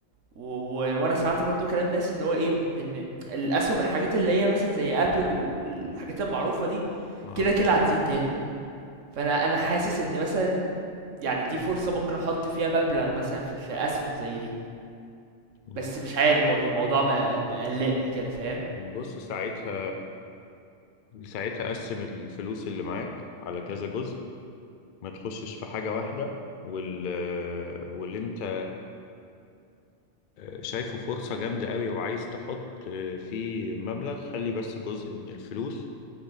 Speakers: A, on the right; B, on the left.
A: و... و... وانا سمعت برضو كلام ناس ان هو ايه ان الاسهم الحاجات اللي هي مثلا زي ابل والحاجات المعروفه دي
B: اه
A: كده كده هتزيد تاني فانا انا حاسس ان مثلا يعني دي فرصه ممكن احط فيها مبلغ مثلا في, في اسهم زي دي
B: مم.
A: بس مش عارف برضو الموضوع ما- مقلقني كده فاهم
B: بص ساعتها ساعتها قسم الفلوس اللي معاك على كذا جزء ما تخشش في حاجة واحدة وال... واللي انت آه، شايفه فرصة جامدة قوي وعايز تحط آه، فيه مبلغ خلي بس جزء من الفلوس